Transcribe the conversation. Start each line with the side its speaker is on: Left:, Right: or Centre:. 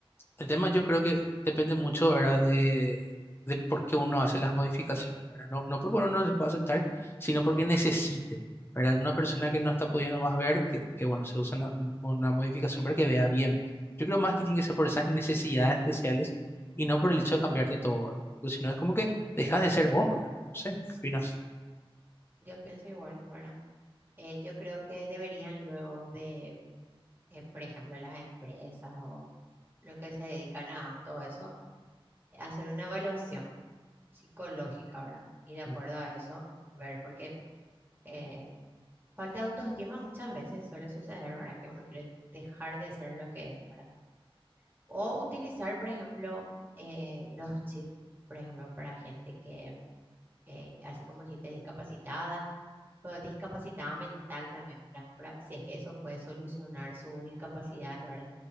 Left: el tema yo creo que depende mucho, ¿verdad? De, de por qué uno hace las modificaciones, ¿verdad? No, no porque uno no se pueda aceptar, sino porque necesite, ¿verdad? Una persona que no está pudiendo más ver, que, que bueno, se usa una, una modificación para que vea bien. Yo creo más que tiene que ser por esas necesidades especiales y no por el hecho de cambiarte todo, ¿verdad? Porque si no es como que dejas de ser vos, ¿verdad? Bueno, no sé, ¿qué opinas?
Right: Yo pienso igual, ¿verdad? Eh, yo creo que deberían luego de, eh, por ejemplo, las empresas o lo que se dedican a todo eso, hacer una evaluación psicológica, ¿verdad? Y de acuerdo
Left: Mm,
Right: a eso, ver, porque eh, falta de autoestima muchas veces suele suceder, ¿verdad? Que uno quiere dejar de ser lo que es, ¿verdad? O utilizar, por ejemplo, eh, los chips, por ejemplo, para gente que, eh, así como dijiste, discapacitada, o discapacitada mental también, ¿verdad? Para- si es que eso puede solucionar su discapacidad, ¿verdad?